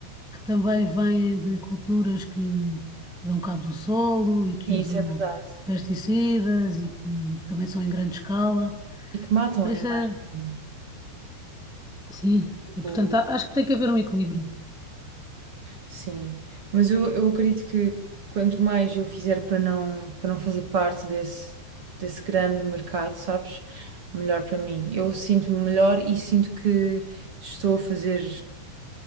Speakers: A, in the centre; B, on the right.
A: que também vêm de culturas que dão cabo do solo e que
B: sim,
A: usam
B: isso é verdade.
A: pesticidas e que também são em grande escala.
B: E que matam
A: Por
B: animais
A: isso é.
B: também.
A: Sim,
B: Tipo,
A: e portanto a- acho que tem que haver um equilíbrio.
B: sim. Mas eu, eu acredito que quanto mais eu fizer para não, para não fazer parte desse, desse grande mercado, sabes? Melhor para mim. Eu sinto-me melhor e sinto que estou a fazer